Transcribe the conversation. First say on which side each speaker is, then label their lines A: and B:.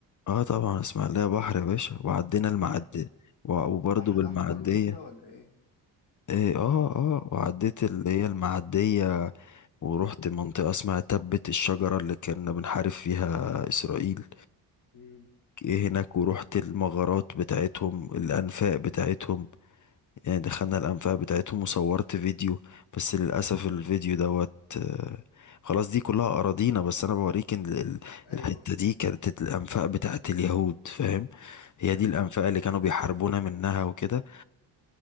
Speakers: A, on the left; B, on the left.
A: اه طبعا إسماعيلية بحر يا باشا وعدينا المعدية
B: بحر
A: و- وبرضو
B: بحر
A: بالمعدية
B: الأحمر وكده ولا إيه؟
A: إيه، اه اه وعديت اللي
B: أيوه
A: هي المعدية ورحت منطقة اسمها تبة الشجرة اللي كنا بنحارب فيها إسرائيل
B: مم.
A: إيه هناك ورحت المغارات بتاعتهم الأنفاق بتاعتهم يعني دخلنا الأنفاق بتاعتهم وصورت فيديو بس للأسف الفيديو دوت آه، خلاص دي كلها أراضينا بس أنا بوريك إن ال- ال-
B: أيوه
A: الحتة دي كانت الأنفاق بتاعت اليهود فاهم هي
B: أيوه
A: دي
B: فاهم
A: الأنفاق اللي كانوا بيحاربونا منها وكده